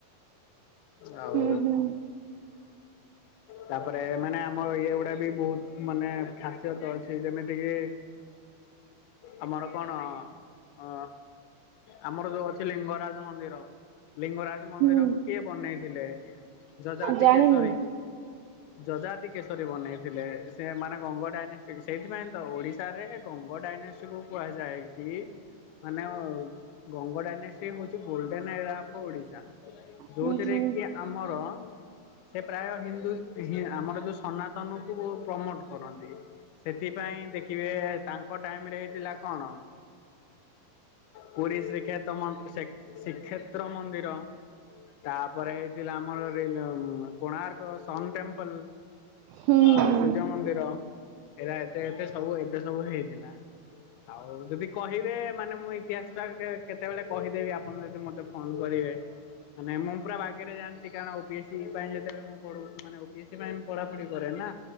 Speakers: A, on the left; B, on the right.
A: ଆଉ
B: ହୁଁ ହୁଁ
A: ତାପରେ ମାନେ ଆମର ଇଏ ଗୁଡା ବି ବହୁତ ମାନେ ଖାସ୍ୟତ ଅଛି। ଯେମିତି କିି ଆମର କଣ? ଅ ଆମର ଯୋଉ ଅଛି ଲିଙ୍ଗରାଜ ମନ୍ଦିର। ଲିଙ୍ଗରାଜ ମନ୍ଦିରକୁ
B: ହୁଁ
A: କିଏ ବନେଇଥିଲେ? ଯଜାତି
B: ଜାଣିନି
A: କେଶରୀ।
B: ନା
A: ଯଜାତି କେଶରୀ ବନେଇଥିଲେ। ସେ ମାନେ ଗଙ୍ଗ ଡାଇନାଷ୍ଟ୍ରିକ ସେଇଥିପାଇଁ ତ ଓଡିଶାରେ ଗଙ୍ଗ ଡାଇନେଷ୍ଟୀ କୁ କୁହାଯାଏ କି ମାନେ ଗଙ୍ଗ ଡାଇନେଷ୍ଟି ହଉଛି ଗୋଲ୍ଡେନ୍ ଏରା ଓଫ ଓଡିଶା। ଯୋଉଥିରେ
B: ହୁଁ ହୁଁ
A: କି ଆମର ସେ ପ୍ରାୟ ହିନ୍ଦୁ ଆମର ଯୋଉ ସନାତନକୁ ପ୍ରମୋଟ କରନ୍ତି। ସେଥି ପାଇଁ ଦେଖିବେ ତାଙ୍କ ଟାଇମ୍ ରେ ହେଇଥିଲା କଣ? ପୁରୀ ଶ୍ରୀକ୍ଷେତ ଶ୍ରୀକ୍ଷେତ୍ର ମନ୍ଦିର। ତାପରେ ହେଇଥିଲା ଆମର ରି କୋଣାର୍କ ସନ ଟେମ୍ପଲ୍।
B: ହୁଁ
A: ଆଉ
B: ହୁଁ
A: ସୂର୍ଯ୍ୟ ମନ୍ଦିର ଏରା ଏତେ ଏତେ ସବୁ ଏତେ ସବୁ ହେଇଥିଲା। ଆଉ ଯଦି କହିବେ ମାନେ ମୁଁ ଇତିହାସ ଟା କେ କେତେବେଳେ କହିଦେବି ଆପଣ ଯଦି ମତେ ଫୋନ କରିବେ, ମାନେ ମୁଁ ପୁରା ବାଗରେ ଜାଣିଛି କାରଣ ଓପି ଏସ୍ ସି ପାଇଁ ଯେତେବେଳେ ମୁଁ ପଢ଼ୁ ମାନେ ସି ପାଇଁ ପଢାପଢି କରେ ନା